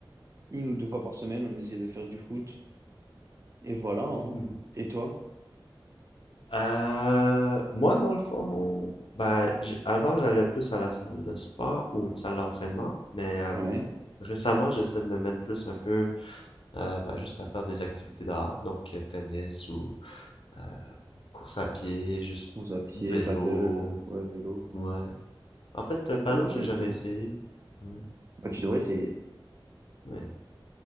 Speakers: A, on the right; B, on the left.
A: une ou deux fois par semaine, on essaie de faire du foot. Et voilà, hein.
B: Mhm.
A: Et toi?
B: Euh, moi, dans le fond, ben, j- avant, j'allais plus à la salle de sport ou salle d'entraînement, mais euh,
A: Ouais.
B: récemment, j'essaie de me mettre plus un peu, euh, ben, juste à faire des activités dehors, donc euh, tennis ou euh, course à pied, juste
A: Course à pied,
B: vélo,
A: paddle, euh, ouais, vélo, ouais.
B: ouais. En fait, euh, paddle,
A: Ok,
B: j'ai
A: ok.
B: jamais essayé. Ouais,
A: Bah, tu devrais essayer.
B: ouais.